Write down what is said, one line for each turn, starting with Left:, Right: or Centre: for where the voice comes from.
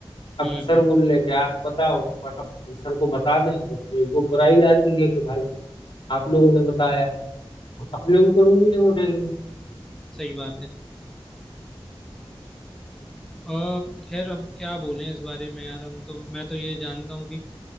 Left: अब
Centre: हम्म
Left: सर
Centre: हम्म,
Left: बोल रहे कि आप बताओ और अब सर को बता दें तो फिर वो बुराई आती है कि भाई आप लोगों ने बताया हम अपने ऊपर उंगलियां उठाएंगे
Centre: सही बात है और खैर अब क्या बोलें इस बारे में यार हम तो मैं तो ये जानता हूँ कि